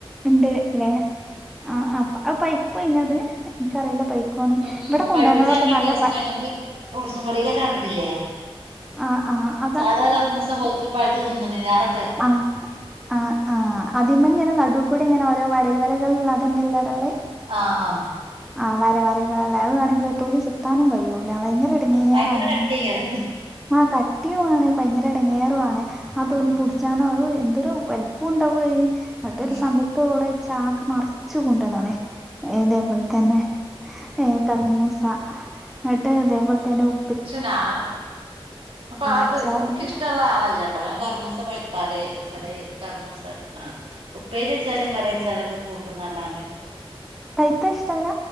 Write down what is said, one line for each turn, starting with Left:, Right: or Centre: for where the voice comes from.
Centre: ഇണ്ട് ല്ലെ ആഹ് അ അത് പൈക്കോ അയിനത് ഇൻക്കറീല്ല പൈ ക്കോന്ന്
Right: ഉം
Centre: ഇവടെ കുണ്ടോന്നതൊക്കെ
Right: പഴുപ്പിച്ച
Centre: നല്ല
Right: ടേസ്റ്റാണ്
Centre: പ
Right: നമ്മള് ഫ്രൂട്ട്സും കടേലൊക്കെ കണ്ടിട്ടില്ലേ
Centre: ആ ആ അതാ
Right: സാധാ കർമോസ പ പഴ്ത്ത് തിന്ന്ണ്ലേറെ
Centre: ആഹ് ആഹ് ആഹ് അതിമ്മെ ഇങ്ങനെ നടൂ കൂടിങ്ങനെ ഓരോ വര വരകൾള്ള അതെന്നെല്ലേ അവ്ടുള്ളേ
Right: ആഹ് ആഹ്
Centre: ആ വര വരകള്ല്ലേ അത് വേണെങ്കിലോ തൊലി ചെത്താനും കയ്യൂല. ഭയങ്കര എടങ്ങേറാണങ്ങ്
Right: ഭയങ്കര കട്ടിയേക്കാരം
Centre: ആ ക ട്ടിയും ആണ്. ഭയങ്കര എട്ങ്ങേറു ആണ്. ആ തൊലി
Right: ഉം
Centre: പുട്ച്ചാനോ അത് എന്തൊരു വൽപ്പം ഉണ്ടാവോ അത് ന്നിട്ട്
Right: ഉം
Centre: ഒരു സമയത്തോള് ര് ചാക്ക് നർച്ചു കുണ്ടന്ന്ണ്. ഇതേ പോലെ തന്നെ ഏഹ് കർമൂസ ന്നിട്ട് ഇതേപോലെ തന്നെ ഉ
Right: പഷേ ഞാന് അപ്പൊ അത്
Centre: അച്ചാറിട്ട്
Right: എൻക്കിഷ്ടള്ള ആളല്ല ഇപ്പഴേ ഞാ കർമൂസ പഴുത്താലേ കർമ്മൂസ ആ ഉപ്പേരി വെച്ചാലും കറി വെച്ചാലൊക്കെ കൂട്ടുന്നല്ലാണ്ട്
Centre: പഴ്ത്ത ഇഷ്ടല്ല.